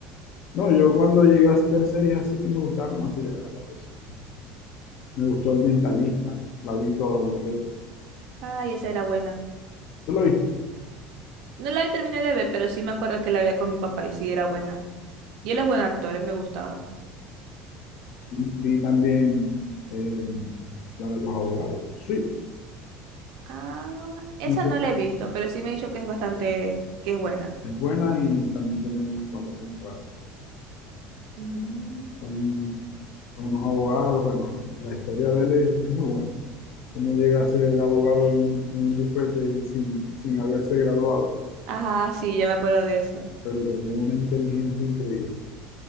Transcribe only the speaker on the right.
Ay, esa era buena.
No la vi terminé de ver, pero sí me acuerdo que la veía con mi papá y sí era buena. Y él es buen actor, él me gustaba.
Ah, esa
no la he visto, pero sí me ha dicho que es bastante, que es buena.
Mm.
Ajá, sí, ya me acuerdo de eso.